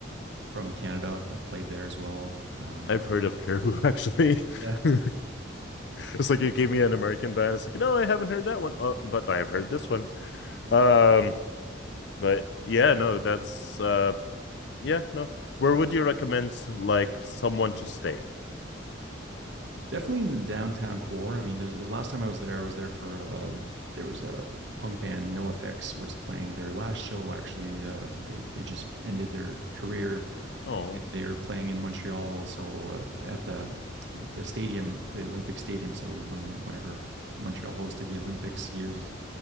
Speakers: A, on the right; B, on the left.
A: from Canada that played there as well. Um,
B: I've heard of Caribou actually.
A: Yeah.
B: <laughs> It's like you gave me an American band. It's like, no, I haven't heard that one. Oh, but I've heard this one. Um, but yeah, no, that's uh Yeah, no. Where would you recommend like someone to stay?
A: definitely in the downtown core. I mean, there's the last time I was there, I was there for uh, there was a punk band No Effects was playing their last show. Actually, uh, they they just ended their career.
B: Oh,
A: They were playing in Montreal, so uh, at the the stadium, the Olympic Stadium. So when whenever Montreal hosted the Olympics years